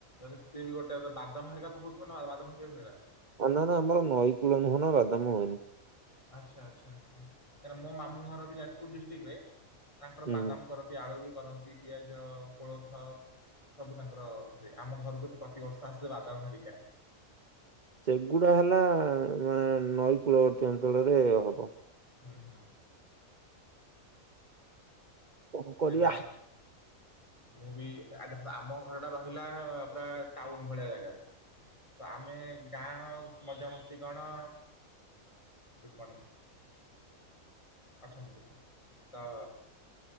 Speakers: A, on the left; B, on the right.
A: ସିଏ ବି ଗୋଟେ ବାଦାମ ହେରିକା ତ ହଉଥିବ ନା ବାଦାମର <unintelligible>
B: ଆ ନା ନା ଆମର ନଈ କୂଳ ନୁହେଁ ନା ବାଦାମ ହୁଏନି।
A: ଆଚ୍ଛା ଆଚ୍ଛା ଆଛା ମୋ ମାମୁଁ ଘର ବି ଯାଜପୁର ଡିଷ୍ଟ୍ରିକଟ ରେ ତାଙ୍କର
B: ହୁଁ
A: ବାଦାମ କରନ୍ତି ଆଳୁ ବି କରନ୍ତି, ପିଆଜ, କୋଳଥ, ସବୁ ତାଙ୍କର ହୁଏ, ଆମ ଘରକୁ ତ ପ୍ରତିିବର୍ଷ ଆସିଲେ ବାଦାମ ହେରିକା
B: ସେଗୁଡା ହେଲା ମାନେ ନଈ କୂଳବର୍ତ୍ତୀ ଅଞ୍ଚଳରେ ହବ।
A: ହୁଁ ହୁଁ।
B: କଣ କରିବା?
A: ଏନା ମୁଁ ବି ଦେଖ ଆମ ଘର ଟା ରହିଲା ପୁରା ଟାଉନ ଭଳିଆ ଜାଗାରେ ତ ଆମେ ଗାଁ ମଜାମସ୍ତି କଣ ଗୁଡ଼ ମର୍ଣିଂ ଅଛନ୍ତି ତ